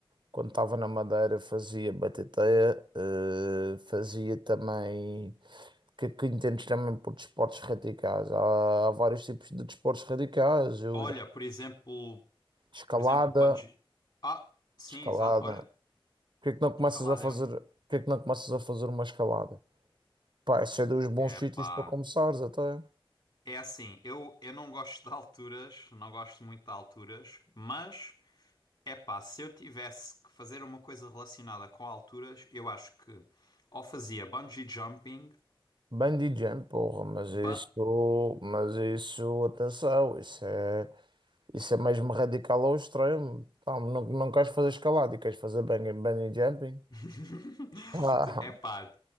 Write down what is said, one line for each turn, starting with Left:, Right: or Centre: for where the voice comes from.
Right: quando estava na Madeira, fazia batateia, eh, fazia também. que, que entendes também por desportos radicais. Há, há vários tipos de desportos radicais. Eu
Left: Olha,
Right: já...
Left: por exemplo,
Right: Escalada,
Left: por exemplo, bungee. Ah, sim,
Right: escalada.
Left: exato. Olha,
Right: Porquê que não começas
Left: escalada
Right: a fazer,
Left: é um.
Right: porquê que não começas a fazer uma escalada? Pá, esse é dos bons
Left: É
Right: sítios
Left: pá.
Right: para começares até.
Left: É assim, eu eu não gosto de alturas, não gosto muito de alturas, mas Epá, se eu tivesse que fazer uma coisa relacionada com alturas, eu acho que ou fazia bungee jumping,
Right: Bungee jump, porra, mas
Left: ba...
Right: isso, mas isso, atenção, isso é, isso é mesmo radical ao extremo. Pá, não, não queres fazer escalada e queres fazer bungee, bungee jumping?
Left: <laughs>
Right: Ah,
Left: Epá,